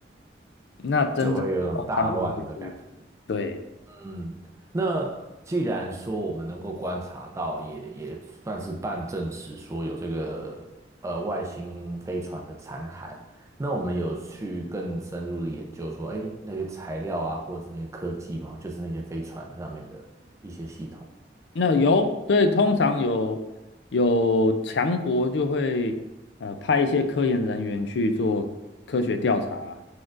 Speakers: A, on the left (about 75°); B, on the right (about 15°).
A: 那真正的状况就会是，
B: 就会有种大乱的感觉。
A: 对。
B: 嗯，那既然说我们能够观察到，也也算是半证实说有这个呃外星飞船的残骸，那我们有去更深入的研究说，哎，那些材料啊，或者是那些科技嘛，就是那些飞船上面的一些系统。
A: 那有，所以通常有有强国就会呃派一些科研人员去做科学调查。